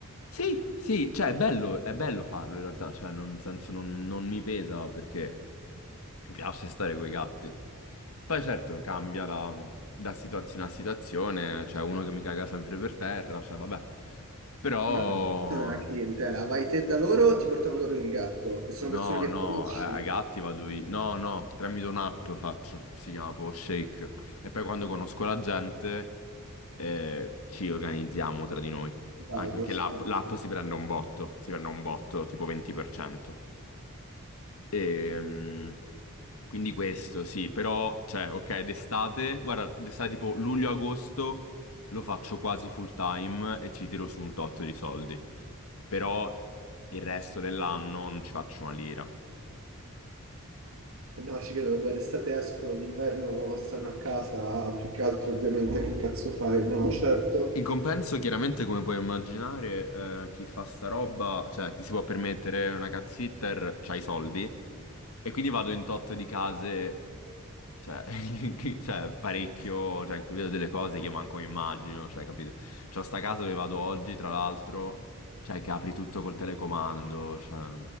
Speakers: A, on the left; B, on the right.
A: Sì, sì, cioè è bello, è bello farlo in realtà, cioè non, nel senso non, non mi pesa perché mi piace stare coi gatti. Poi certo cambia da, da situazione a situazione, c'è uno che mi caga sempre per terra, cioè vabbè, però,
B: Ma come funziona la clientela? Vai te da loro o ti portano loro il gatto? E sono
A: No,
B: persone che
A: no,
B: conosci?
A: a a gatti vado io. No, no, tramite un'app faccio, si chiama proprio Shake. E poi quando conosco la gente eh, ci organizziamo tra di noi.
B: Vado,
A: Anche perché
B: certo.
A: l'app l'app si prende un botto, si prende un botto tipo 20%. Ehm, quindi questo sì, però, cioè, ok, d'estate, guarda, d'estate tipo luglio-agosto lo faccio quasi full time e ci tiro su un tot di soldi però il resto dell'anno non ci faccio una lira.
B: E no, ci credo, vabbè, d'estate escono, d'inverno stanno a casa, più che altro ovviamente che cazzo fai? No, certo.
A: In compenso, chiaramente, come puoi immaginare, eh, chi fa sta roba, cioè chi si può permettere una cat sitter, c'ha i soldi. E quindi vado in totto di case, cioè, <laughs> cioè, parecchio, cioè, in cui vedo delle cose che io manco mi immagino, cioè, capito? C'ho sta casa dove vado oggi, tra l'altro, cioè, che apri tutto col telecomando, cioè,